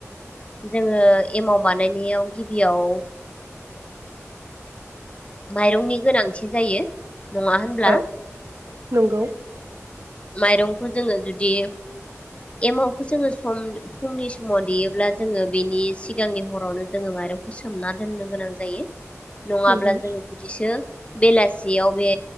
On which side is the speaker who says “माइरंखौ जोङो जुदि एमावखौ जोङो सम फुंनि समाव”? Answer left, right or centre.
Left